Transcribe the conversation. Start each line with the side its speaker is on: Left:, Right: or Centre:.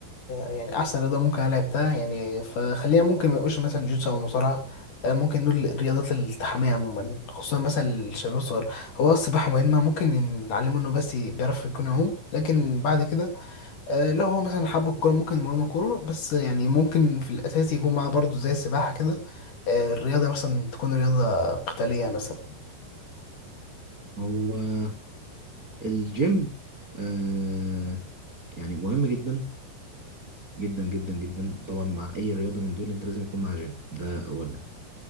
Left: آه، يعني احسن رياضه ممكن انا لعبتها يعني فخلينا ممكن ما نقولش مثلا الجيتسو او المصارعه آه، ممكن دول الرياضات التحامية عموما خصوصا مثلا الشباب الصغير هو آه، السباحة مهمة ممكن نتعلمه انه بس بيعرف يكون يعوم لكن بعد كده آه، لو هو مثلا حب الكورة ممكن نمرنه كورة بس يعني ممكن في الأساس يكون معاه برضه زي السباحة كده آه، الرياضة مثلا تكون رياضة قتالية مثلا
Right: هو آه، الجيم آه يعني مهم جدا جدا جدا جدا طبعا مع اي رياضه من دول انت لازم يكون معاها جيم ده اولا